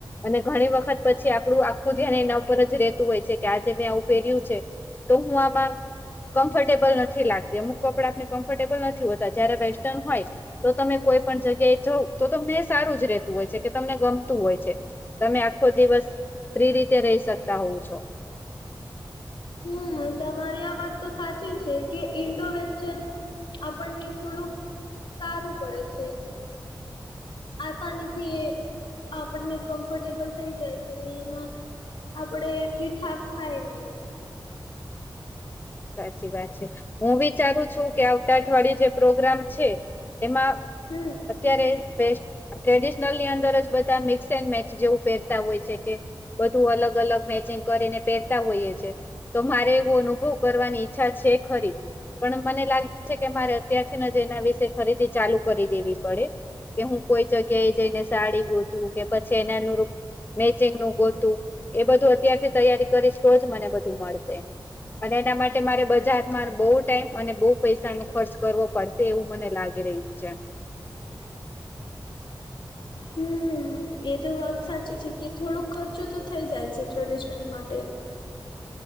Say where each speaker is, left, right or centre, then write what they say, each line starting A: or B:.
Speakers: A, on the left; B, on the left.
A: અને ઘણી વખત પછી આપડૂ આખું ધ્યાન એના ઉપર જ રહેેતું હોય છે કે આજે મેં આવું પહેર્યું છે. તો હું આબા. કમ્ફર્ટેબલ નથી લાગતી અમુક કપડા આપને કમ્ફર્ટેબલ નથી હોતા જયારે વેસ્ટર્ન હોય તો તમે કોઈ પણ જગ્યાએ જાવ તો તમને એ સારું જ રહેતું હોય છે કે તમને ગમતું હોય છે. તમે આખો દિવસ ફી રીતે રહી શકતા હોવ છો.
B: હમ તમારી આ વાત તો સાચી છે કે ઇન્ડો વેસ્ટન આપણને થોડુંક સારું પડે છે. આસાનીથી આપણને કમ્ફર્ટેબલ થઈ જાય છે ને એમાં આપડે એટલી થાક ખાય નહી
A: સાચી વાત છે, હું વિચારું છું કે આવતા અઠવાડિયે જે પ્રોગ્રામ છે, એમાં
B: હમ.
A: અત્યારે <unintelligible> ટ્રેડિશનલની અંદર જ બધા મિક્સ એન્ડ મેચ જેવું પહેરતા હોય છે, કે બધું અલગ અલગ મેચિંગ કરીને પહેરતા હોઈએ છે, તો મારે એવું અનુભવ કરવાની ઈચ્છા છે, ખરી પણ મને લાગે છે, કે મારે અત્યારથીને જ એના વિશે ખરીદી ચાલુ કરી દેવી પડે કે હું કોઈ જગ્યાએ જઈને સાડી ગોતું કે પછી એના અનુરૂપ મેચિંગનું ગોતું એ બધું અત્યારથી તૈયારી કરીશ તો જ મને બધું મળશે અને એના માટે મારે બજારમાં બો ટાઈમ અને બો પૈસા ન ખર્ચ કરવો પડ તેવું મને લાગી રહ્યું છે.
B: હમ એ તો વાત સાચી છે, કે થોડોક ખર્ચો તો થઈ જાય છે, ટ્રેડિશનલ માટે